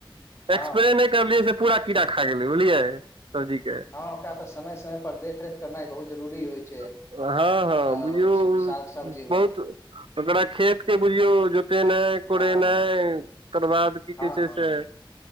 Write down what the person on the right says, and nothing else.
एक्सप्रे नै करलियै से पूरा कीड़ा खा गेलै बुझलियै सब्जीक
हँ हँ
बुझियौ
बहुत ओकरा खेत के बुझियौ जोतेनाइ कोड़ेनाइ
तकर बाद की
कहै छै
से